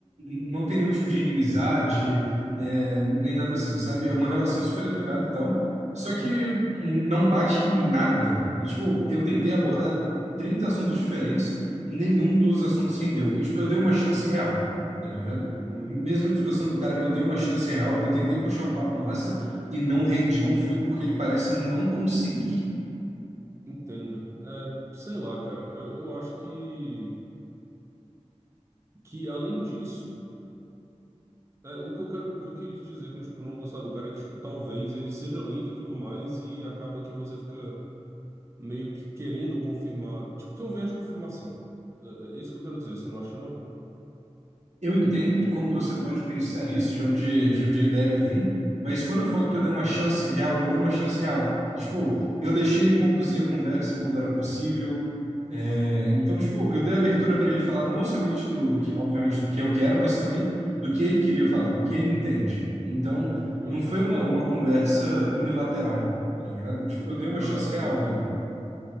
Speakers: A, on the right; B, on the right.
A: não tem nenhum tipo de inimizade, né, nem nada assim, sabe? É uma relação super educada e tal. Só
B: Aham.
A: que não bate em nada. É, tipo, eu tentei abordar 30 assuntos diferentes, nenhum dos assuntos rendeu. E, tipo, eu dei uma chance real, tá ligado?
B: Hum,
A: Mesmo eu desgostando do cara, eu dei uma chance real, eu tentei puxar um papo massa e não rende, não flui, porque ele parece não conseguir.
B: entendo. É, sei lá, cara. Eu, eu acho que, que, além disso. É, o que eu quero, o que eu quis dizer com, tipo, não gostar do cara é que, tipo, talvez ele seja lento e tudo mais e acaba que você fica meio que querendo confirmar. Tipo, tem um viés de confirmação. É, é é isso que eu quero dizer, você não acha, não?
A: Eu entendo de como você pode pensar isso, de onde, de onde a ideia vem, mas quando eu falo que eu dei uma chance real, eu dei uma chance real. Tipo, eu deixei ele conduzir a conversa quando era possível. É, então, tipo, eu dei abertura para ele falar não somente do, do que, obviamente, do que eu quero, mas também do que ele queria falar, do que ele entende. Então,
B: Aham.
A: não foi uma, uma conversa unilateral, tá ligado? Tipo, eu dei uma
B: Ah,
A: chance real
B: entendo.
A: ali.